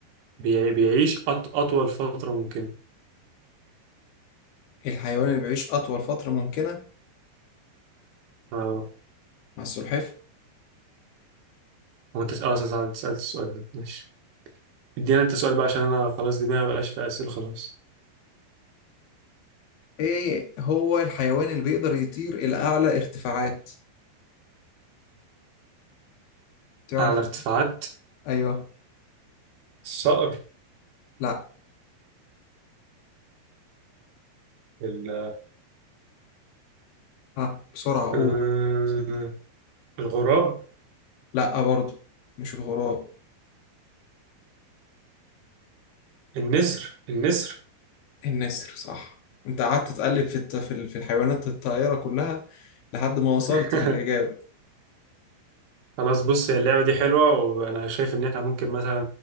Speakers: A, on the right; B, on the left.
A: بيع- بيعيش أط- أطول فترة ممكن
B: الحيوان اللي بيعيش اطول فترة ممكنة
A: اه
B: مع السلحفاة
A: هو انت اه صح انت سألت السؤال ده ماشي ادينا انت سؤال بقى عشان انا خلاص دماغي مبقاش في اسئله خلاص
B: ايه هو الحيوان اللي بيقدر يطير الى اعلى ارتفاعات تعرف
A: اعلى ارتفاعات
B: ايوه
A: الصقر
B: لا
A: ال-
B: ها بسرعة قول
A: آه، الغراب
B: لا برضو مش الغراب
A: النسر النسر
B: النسر صح انت قعدت تقلب في الت- في ال- في الحيوانات الطائرة كلها لحد ما وصلت
A: <laughs>
B: للإجابة
A: خلاص بص هي اللعبة دي حلوة وأنا شايف إن إحنا ممكن مثلا